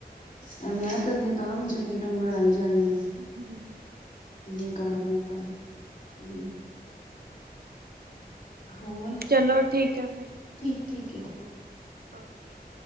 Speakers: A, on the left (about 50°); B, on the right (about 65°).
A: ਐਹ ਮੈਂ ਕਰਨੀੇ ਆਂ ਤਾਂ ਵੀ ਆਪਣੀ ਟੰਗ ਅੜਾਈ ਜਾ ਰਹੇ ਨੇ
B: <inaudible>
A: ਯੇ ਕਰ ਵੋ ਕਰ ਹੁੰ ਹੋਰ
B: ਚਲੋ ਠੀਕ ਹੈ ਫਿਰ।
A: ਠੀਕ-ਠੀਕ ਹੈ।
B: <inaudible>